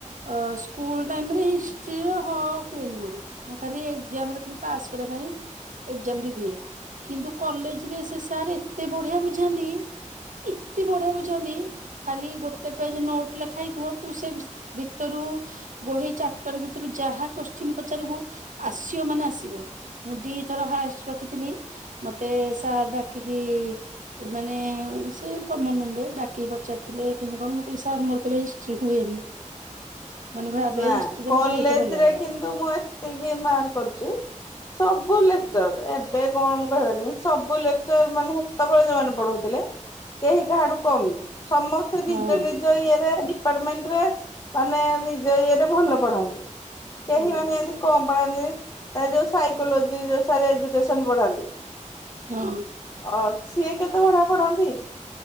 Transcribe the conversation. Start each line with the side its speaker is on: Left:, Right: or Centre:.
Right: ଅ ସ୍କୁଲ ଟାଇମରେ ହିଷ୍ଟ୍ରି ର ହ ହୁଏନି ମୋର ମୁଁ ଖାଲି ଏକ୍ସାମରେ ଖାଲି ପାସ କରିବା ପାଇଁ ଏକ୍ସାମ ଦେଇ ଥିଲି କିନ୍ତୁ କଲେଜ ରେ ସେ ସାର୍ ଏତେ ବଢିଆ ବୁଝାନ୍ତି ଏତେ ବଢିଆ ବୁଝାନ୍ତି ଖାଲି ଗୋଟେ ପେଜ ନୋଟ୍ ଲେଖା ହେଇଥିବ ତୁ ସେ ଭିତରୁ ବହି ଚାପ୍ଟର ଭିତରୁ ଯାହା କୋଶ୍ଚିନ୍ ପଚାରିବୁ ଆସିବ ମାନେ ଆସିବ ମୁଁ ଦିଥର ହାଏଷ୍ଟ ରଖିଥିଲି ମତେ ସାର୍ ଡାକିକି ଏ ମାନେ ସେ କମନ ରୁମରେ ଡାକିକି ପଚାରି ଥିଲେ କିନ୍ତୁ କଣ ମୁଁ କହିଲି ସାର୍ ମୋର କେବେ ହି ଷ୍ଟ୍ରି ହୁଏନି ମାନେ ଭାବେ
Left: ନା
Right: ହିଷ୍ଟ୍ରି ଟା
Left: କଲେଜରେ
Right: ମତେ ଏଇଠି ଭଲ ଲାଗିଲା
Left: କିନ୍ତୁ ମୁଁ ଏତିକି ମାର୍କ କରୁଛି ସବୁ ଲେକ୍ଚର ଏ ଏବେ କଣ ମୁଁ କହିପାରୁନି ସବୁ ଲେକ୍ଚର ମାନେ ହେତେବେଳେ ଯୋଉମାନେ ପଢଉଥିଲେ କେହି କାହାଠୁ କମ ନୁହଁ ସମ ସେ ନିଜ
Right: ହଁ
Left: ନିଜ ଇଏରେ ଡିପାର୍ଟମେଣ୍ଟ ରେ ମାନେ ନିଜ ଇଏରେ ଭଲ ପଢାନ୍ତି କେହି
Right: ହୁଁ
Left: ମାନେ ଏମିତି କମ୍ ପଢାନ୍ତିନି ତା ଯୋଉ ସାଇକୋଲୋଜି ଯୋଉ ସାର ଏଜୁକେସନ ବଢାନ୍ତି
Right: ହଁ
Left: ଅଛି ଏ କେତେ ବଢିଆ ପଢ଼ାନ୍ତି